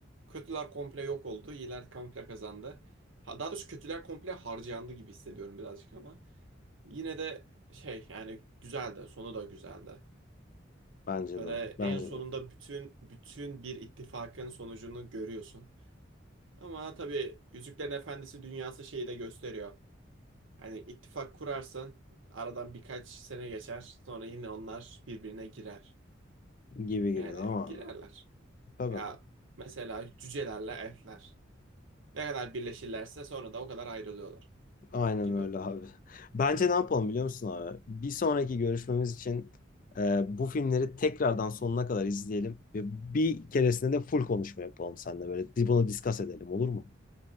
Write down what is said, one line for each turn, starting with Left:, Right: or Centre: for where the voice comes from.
Right: Kötüler komple yok oldu, iyiler komple kazandı. Ha, daha doğrusu kötüler komple harcandı gibi hissediyorum birazcık ama. Yine de şey yani güzeldi, sonu da güzeldi.
Left: Bence
Right: Öyle
Left: de. Bence
Right: en sonunda
Left: de.
Right: bütün bütün bir ittifakın sonucunu görüyorsun. Ama tabii Yüzüklerin Efendisi dünyası şeyi de gösteriyor. Hani ittifak kurarsan aradan birkaç sene geçer. Sonra yine onlar birbirine girer.
Left: Gibi
Right: Yani
Left: gibi tamam
Right: girerler.
Left: abi. Tabii.
Right: Ya mesela cücelerle elfler. Ne kadar birleşirlerse sonra da o kadar ayrılıyorlar
Left: Aynen
Right: gibi.
Left: öyle abi. Bence ne yapalım biliyor musun abi? Bir sonraki görüşmemiz için e, bu filmleri tekrardan sonuna kadar izleyelim ve bir keresinde de full konuşma yapalım seninle böyle. Di- Bunu discuss edelim olur mu?